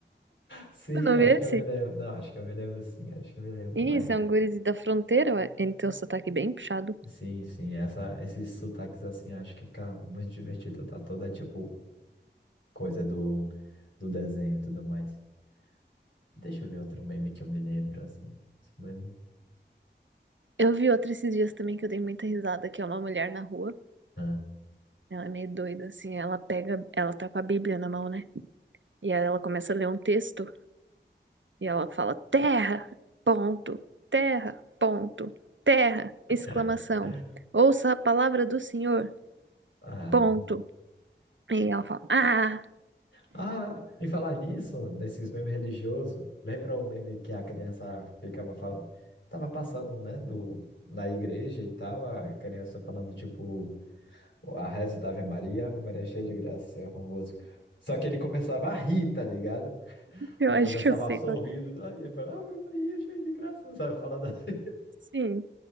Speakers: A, on the left (about 80°); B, on the right (about 85°).
A: Sim,
B: Tu não
A: acho
B: viu
A: que
B: esse?
A: eu me lembro. Não, acho que eu me lembro sim, acho que eu me lembro,
B: Ih,
A: mas.
B: são guris da fronteira, ué. ele tem o sotaque bem puxado.
A: Sim, sim, essa, esses sotaques assim, acho que fica muito divertido. Tá toda tipo coisa do, do desenho e tudo mais. Deixa eu ver outro meme que eu me lembro, assim. Esse meme-
B: Eu vi outra esses dias também que eu dei muita risada, que é uma mulher na rua.
A: Ah.
B: Ela é meio doida, assim, ela pega, ela tá com a Bíblia na mão, né? E aí ela começa a ler um texto e ela fala: Terra, ponto, terra, ponto, terra,
A: <laughs>
B: exclamação. Ouça a palavra do Senhor,
A: Ah,
B: ponto. E ela fala: Ah,
A: Ah, e falar nisso, desses memes religiosos, lembra o meme que a criança ficava falando, tava passando, né, do, na igreja e tal, a criança falando, tipo, a reza da Ave Maria, Ave Maria é cheia de graça, Senhor é convosco. Só que ele começava a rir, tá ligado?
B: eu
A: Ele
B: acho
A: começava
B: que eu sei
A: a sorrir,
B: qual que é.
A: e ele falava, Ave Maria cheia de graça, sabe, falando assim.
B: Sim,